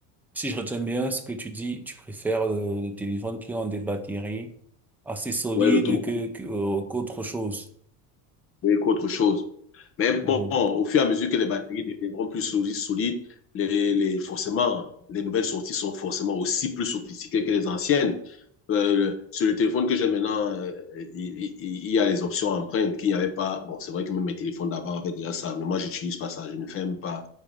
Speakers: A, in the centre; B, on the left.
A: Si je retiens bien ce que tu dis, tu préfères euh, les téléphones qui ont des batteries assez solides
B: Ouais, l'autonomie,
A: que, que, euh, qu'autre chose.
B: c'est autre chose. Mais bon,
A: Mhm.
B: au fur et à mesure que les batteries deviendront plus solides, les, les, forcément, les nouvelles sorties sont forcément aussi plus sophistiquées que les anciennes. Euh, sur le téléphone que j'ai maintenant, euh, il, il, il, y a les options empreintes qu'il n'y avait pas. Bon, c'est vrai que même mes téléphones d'avant avaient déjà ça, mais moi, j'utilise pas ça. Je ne ferme pas.